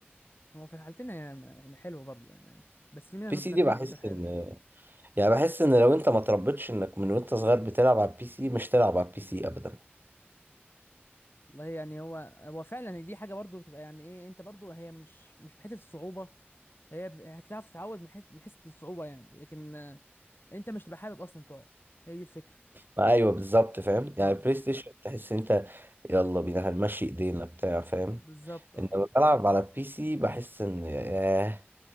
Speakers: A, on the left; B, on the right.
A: هو في الحالتين هي- يعني حلوه برضه يعني بس في منها نسخه
B: بي سي دي
A: للكمبيوتر
B: بحس
A: حلوه
B: ان يعني بحس ان لو انت ما تربيتش انك من وانت صغير بتلعب على البي سي مش تلعب على البي سي ابدا
A: والله يعني هو هو فعلا دي حاجه برضه بتبقى يعني ايه انت برضه هي مش مش في حته الصعوبه هي ب- هتعرف تتعود من حيث من حيث الصعوبة يعني لكن آه، انت مش تبقى حابب اصلا تقعد هي دي الفكرة
B: ما ايوه بالظبط فاهم
A: اه
B: يعني البلاي ستيشن تحس ان انت يلا بينا هنمشي ايدينا بتاع فاهم
A: بالظبط اه
B: انما بلعب على البي سي بحس ان ياه